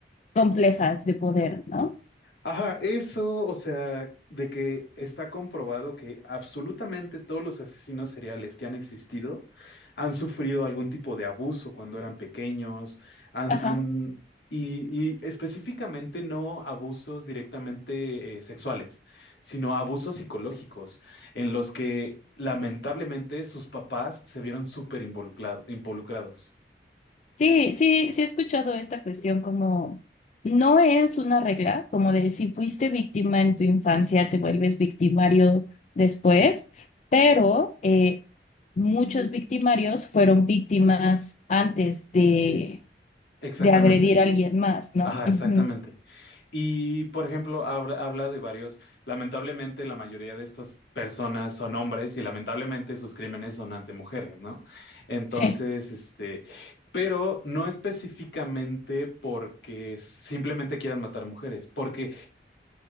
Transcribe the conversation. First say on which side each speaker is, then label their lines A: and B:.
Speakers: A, on the left (about 40°); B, on the left (about 75°).
A: complejas de poder, ¿no?
B: Ajá, eso, o sea, de que está comprobado que absolutamente todos los asesinos seriales que han existido han sufrido algún tipo de abuso cuando eran pequeños, han,
A: Ajá.
B: han- y, y específicamente no abusos directamente eh, sexuales, sino abusos psicológicos en los que lamentablemente sus papás se vieron súper involucrado- involucrados.
A: Sí, sí, sí he escuchado esta cuestión como no es una regla, como de si fuiste víctima en tu infancia, te vuelves victimario después, pero eh, muchos victimarios fueron víctimas antes de,
B: Exactamente.
A: de agredir a alguien más, ¿no?
B: Ajá,
A: Ujú.
B: exactamente. Y, por ejemplo, habla, habla de varios, lamentablemente la mayoría de estas personas son hombres y lamentablemente sus crímenes son ante mujeres, ¿no? Entonces,
A: Sí,
B: este, pero no específicamente porque simplemente quieran matar mujeres, porque,